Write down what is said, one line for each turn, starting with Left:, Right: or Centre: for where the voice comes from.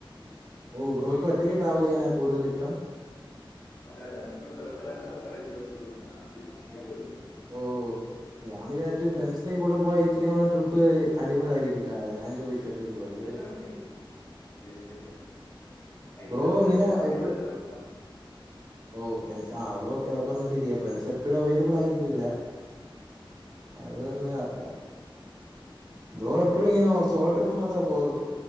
Right: ഓ ബ്രോയ്ക്ക് ഒറ്റയ്ക്ക് ട്രാവൽ ചെയ്യാനാ കൂടുതൽ ഇഷ്ടം
Left: അതെ അതെ നമ്മള് <unintelligible> ചെയ്യാൻ പറ്റുള്ളൂ.
Right: ഓ ഞാൻ വിജാരിച്ചു ഫ്രണ്ട്സിന്റെ കൂടെ പോയാ ഇച്ചരി ട്രിപ്പ് അടിപൊളിയായിരിക്കുല്ലേ അത ഞ ചോയ്ച്ചദ് ബ്രോയ്യ്ക്
Left: അത് കറക്റ്റ് ശരി ശരി എപ്പഴും
Right: ബ്രോ
Left: ഫ്രണ്ട്സിന്
Right: ഇങ്ങനെ
Left: അവൈലബിൾ
Right: എപ്പഴ്
Left: ആും
Right: <inaudible> ഓ ഫ്രണ്ട്സ് ആ അതോഓക്കെ പറഞ്ഞ ശരിയാ ഫ്രണ്ട്സ് എപ്പോഴും അവൈലബിൾ ആയിരിക്കുന്നില്ല അത് പറഞ്ഞ കറക്റ്റാ ബ്രോ എപ്പോഴും ഇങ്ങനെ ഒ സോളോ ട്രിപ്പ് മാത്രമേ പോയോള്ളൂ